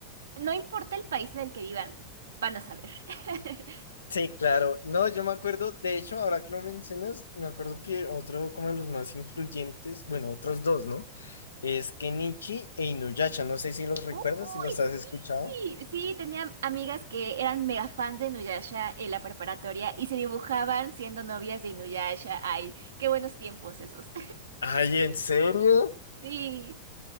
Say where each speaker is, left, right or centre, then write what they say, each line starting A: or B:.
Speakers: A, on the right; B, on the left.
A: no importa el país en el que vivan, van a saber. <laughs>
B: sí, claro. No, yo me acuerdo, de hecho, ahora que lo mencionas, me acuerdo que otro como de los más influyentes, bueno, otros dos, ¿no? Es Kenichi e Inuyasha. No sé si los recuerdas,
A: Uy,
B: si los
A: sí,
B: has escuchado.
A: sí, tenía amigas que eran mega fans de Inuyasha en la preparatoria y se dibujaban siendo novias de Inuyasha. Ay, qué buenos tiempos esos.
B: Ay, ¿en serio?
A: Sí,